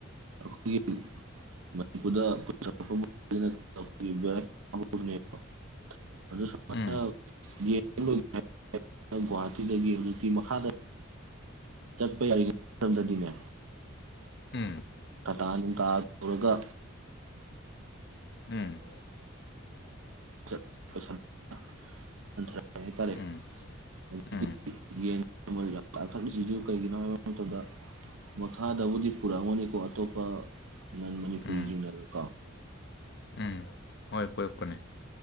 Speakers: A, on the right; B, on the left.
A: ꯑꯈꯣꯏꯒꯤ ꯃꯅꯤꯄꯨꯔꯗ <unintelligible> ꯑꯗꯨ <unintelligible>
B: ꯎꯝ
A: <unintelligible> ꯒꯨꯍꯥꯇꯤꯗꯒꯤ ꯍꯧꯖꯤꯛꯇꯤ ꯃꯈꯥꯗ ꯆꯠꯄ ꯌꯥꯔꯤꯉꯩ ꯃꯇꯝꯗꯗꯤꯅꯦ
B: ꯎꯝ
A: ꯇꯇꯥ ꯅꯨꯡꯇꯥ ꯄꯨꯔꯒ
B: ꯎꯝ
A: <unintelligible> ꯀꯩ ꯍꯥꯏꯇꯥꯔꯦ
B: ꯎꯝ
A: ꯍꯧꯖꯤꯛꯇꯤ
B: ꯎꯝ
A: ꯌꯦꯟ ꯃꯃꯜ ꯌꯥꯝ ꯇꯥꯡꯈꯠꯂꯤꯁꯤꯖꯨ ꯀꯩꯒꯤꯅꯣ ꯍꯥꯏꯕ ꯃꯇꯝꯗ ꯃꯈꯥꯗꯕꯨꯗꯤ ꯄꯨꯔꯛꯑꯝꯒꯅꯤꯀꯣ ꯑꯇꯣꯞꯄ ꯅꯟ ꯃꯅꯤꯄꯨꯔꯤꯖꯤꯡꯅ
B: ꯎꯝ
A: ꯀꯣ
B: ꯎꯝ ꯍꯣꯏ ꯄꯨꯔꯛꯄꯅꯦ